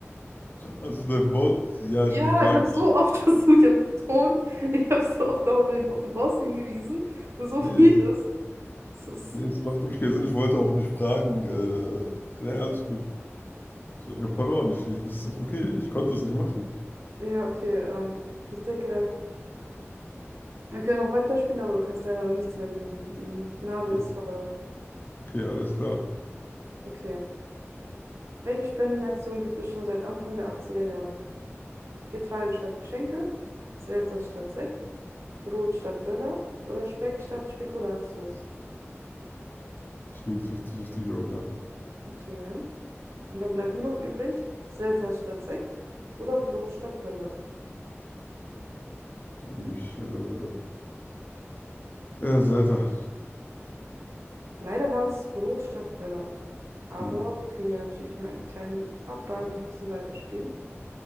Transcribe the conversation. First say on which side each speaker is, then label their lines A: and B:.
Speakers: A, on the left; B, on the right.
A: Also der Boss. Ja,
B: Ja,
A: ich habe die Frage.
B: ich habe so oft <laughs> versucht, ich habe es betont, ich habe so oft auf den, auf den Boss hingewiesen. So
A: Nee,
B: vieles.
A: es-
B: Das ist.
A: nee, es macht für mich keinen Sinn. Ich wollte auch nicht fragen. Äh, nee, alles gut. So, ich habe verloren. Ich, ich, ist doch okay. Ich konnte es nicht machen.
B: Ja, okay. Ähm, ich denke dann, wir können auch weiterspielen, aber du kannst leider noch nichts mehr gewinnen. Die Gnade
A: Okay,
B: ist vorbei.
A: okay, alles klar.
B: Okay. Welche Spendenaktion gibt es schon seit Anfang der achtziger Jahre? Getreide statt Geschenke, Selter statt Sekt, Brot statt Böller oder Speck statt Spekulatius?
A: Ich nehme 50-50 Joker.
B: Okay. Und dann bleibt nur noch übrig, Selters statt Sekt oder Brot statt Böller.
A: Dann nehme ich äh, äh, Zelda.
B: Leider war es Brot statt Böller. Aber
A: Hm,
B: wir können ja natürlich noch ein klein, paar Fragen noch ein bisschen weiterspielen.